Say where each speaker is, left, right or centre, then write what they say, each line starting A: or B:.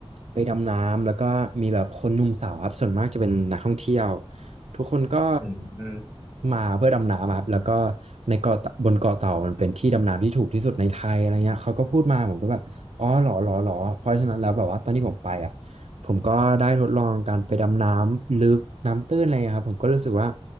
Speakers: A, on the right; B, on the right.
A: ไปดำน้ำแล้วก็มีแบบคนหนุ่มสาวครับส่วนมากจะเป็นนักท่องเที่ยว ทุกคนก็
B: อืม
A: มาเพื่อดำน้ำอะครับแล้วก็ในเกาะเตบนเกาะเต่ามันเป็นที่ดำน้ำที่ถูกที่สุดในไทยอะไรเงี้ยเขาก็พูดมาผมก็แบบอ๋อเหรอเหรอเหรอเพราะฉะนั้นแล้วแบบว่าตอนที่ผมไปอ่ะผมก็ได้ทดลองการไปดำน้ำลึกน้ำตื้นอะไรครับผมก็รู้สึกว่า